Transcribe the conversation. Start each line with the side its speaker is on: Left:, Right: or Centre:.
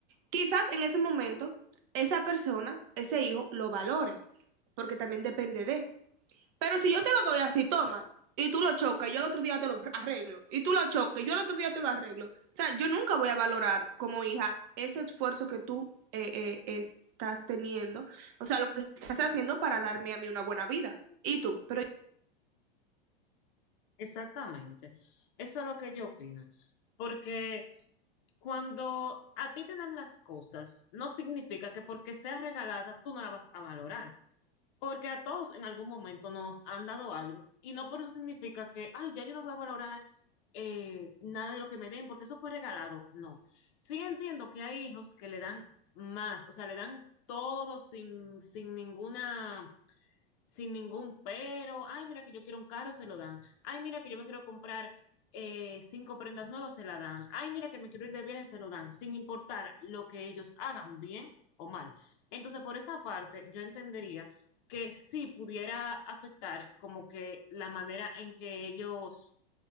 Right: Quizás en ese momento esa persona, ese hijo, lo valore, porque también depende de. Pero si yo te lo doy así, toma, y tú lo chocas, yo al otro día te lo arreglo, y tú lo chocas, yo al otro día te lo arreglo. O sea, yo nunca voy a valorar como hija ese esfuerzo que tú eh, eh, estás teniendo, o sea, lo que estás haciendo para darme a mí una buena vida. Y tú, pero
Left: exactamente. Eso es lo que yo opino. Porque cuando a ti te dan las cosas, no significa que porque sea regalada tú no la vas a valorar. Porque a todos en algún momento nos han dado algo y no por eso significa que, ay, ya yo no voy a valorar eh, nada de lo que me den porque eso fue regalado. No. Sí entiendo que hay hijos que le dan más, o sea, le dan todo sin, sin ninguna sin ningún pero. Ay, mira que yo quiero un carro, se lo dan. Ay, mira que yo me quiero comprar eh, cinco prendas nuevas, se la dan. Ay, mira que me quiero ir de viaje, se lo dan, sin importar lo que ellos hagan, bien o mal. Entonces, por esa parte, yo entendería que sí pudiera afectar como que la manera en que ellos